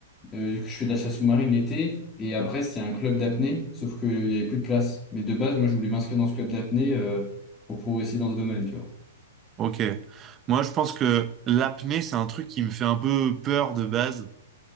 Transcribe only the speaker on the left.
euh, je fais de la chasse sous-marine l'été. Et à Brest, il y a un club d'apnée, sauf qu'il n'y avait plus de place. Mais de base, moi, je voulais m'inscrire dans ce club d'apnée euh, pour progresser dans ce domaine, tu vois.